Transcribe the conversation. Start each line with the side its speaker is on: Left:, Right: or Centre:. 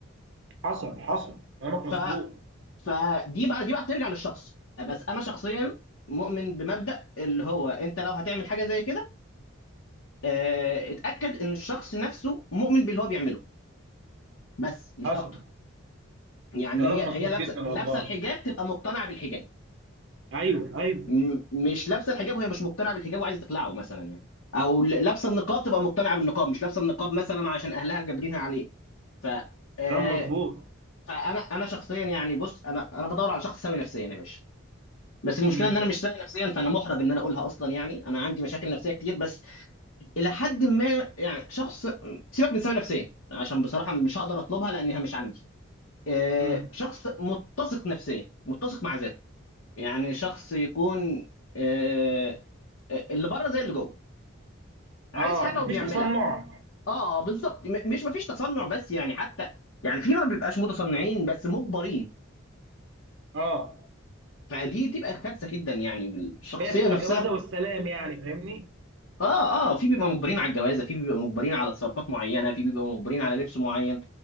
Right: حصل حصل كلامك مظبوط
Left: ف فدي بقى دي بقى بترجع للشخص بس انا شخصيا مؤمن بمبدأ اللي هو انت لو هتعمل حاجه زي كده آه، اتأكد ان الشخص نفسه مؤمن باللي هو بيعمله بس مش
Right: حصل
Left: اكتر يعني
Right: كلامك
Left: هي
Right: مظبوط
Left: هي لابسه
Right: جدا
Left: لابسه
Right: والله
Left: الحجاب تبقى مقتنعه بالحجاب
Right: ايوه ايوه
Left: م- مش لابسه الحجاب وهي مش مقتنعه بالحجاب وعايزه تخلعه مثلا يعني او ل- لابسه النقاب تبقى مقتنعه بالنقاب مش لابسه النقاب مثلا عشان اهلها جابرينها عليه ف آه،
Right: كلام مظبوط
Left: فانا انا شخصيا يعني بص انا انا بدور على شخص سوي نفسيا يا باشا بس المشكله
Right: امم
Left: ان انا مش سوي نفسيا فانا محرج ان انا اقولها اصلا يعني انا عندي مشاكل نفسيه كتير بس الى حد ما يعني شخص سيبك من سوي نفسيا عشان بصراحه مش هقدر اطلبها لانها مش عندي آه،
Right: امم
Left: شخص متسق نفسيا متسق مع ذاته يعني شخص يكون آه، آه، اللي بره زي اللي جوه عايز
Right: اه
Left: حاجه
Right: مفيش
Left: وبيعملها
Right: تصنع
Left: اه بالظبط م- مش مفيش تصنع بس يعني حتى يعني في ما بيبقاش متصنعين بس مجبرين
Right: اه
Left: فدي تبقى كارثه جدا يعني الشخصيه
Right: اللي هي بتبقى
Left: نفسها
Right: جوازه والسلام يعني فاهمني
Left: اه اه في بيبقى مجبرين على الجوازه في بيبقى مجبرين على تصرفات معينه في بيبقى مجبرين على لبس معين